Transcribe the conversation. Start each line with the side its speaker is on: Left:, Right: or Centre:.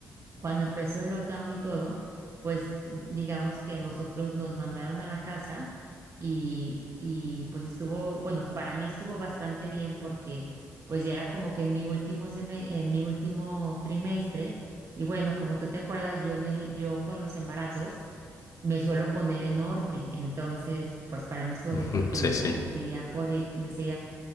Right: cuando empezó el lockdown y todo, pues digamos que nosotros nos mandaron a la casa y, y pues estuvo, bueno, para mí estuvo bastante bien porque pues ya era como que en mi último seme- en mi último trimestre y bueno, como tú te acuerdas, yo en el, yo con los embarazos me suelo poner enorme, entonces pues para mí estuvo bien porque
Left: Mm, Sí,
Right: me, po-
Left: sí.
Right: me seguía podi- me seguía